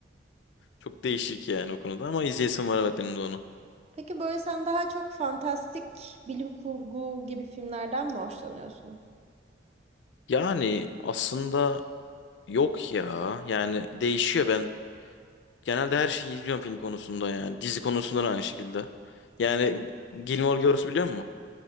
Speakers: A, on the left; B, on the right.
A: Çok değişik yani o konuda ama izleyesim var evet benim de onu.
B: Peki böyle sen daha çok fantastik bilim kurgu gibi filmlerden mi hoşlanıyorsun?
A: Yani aslında yok ya. Yani değişiyor ben. Genelde her şeyi izliyorum film konusunda yani. Dizi konusunda da aynı şekilde. Yani Gilmore Girls biliyor musun?